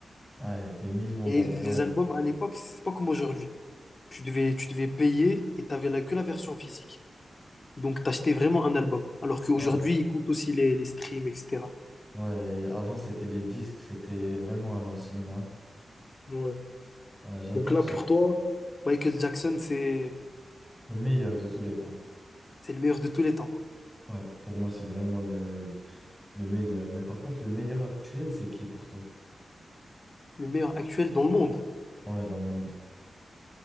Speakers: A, in the centre; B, on the left (about 40°).
A: Ouais, des millions
B: Et
A: d'albums.
B: les albums à l'époque, c'est pas comme aujourd'hui. Tu devais, tu devais payer et tu n'avais que la version physique. Donc, tu achetais vraiment un album. Alors qu'aujourd'hui,
A: Ouais,
B: il compte aussi les, les streams, etc.
A: ouais. Avant, c'était les disques. C'était vraiment à l'ancienne, hein.
B: Ouais.
A: Euh, j'adore
B: Donc là,
A: ça.
B: pour toi, Michael Jackson, c'est,
A: Le meilleur de tous les temps.
B: c'est le meilleur de tous les temps.
A: Ouais, pour moi, c'est vraiment le, le meilleur. Mais par contre, le meilleur actuel, c'est qui pour toi?
B: Le meilleur actuel dans le monde.
A: Ouais, dans le monde.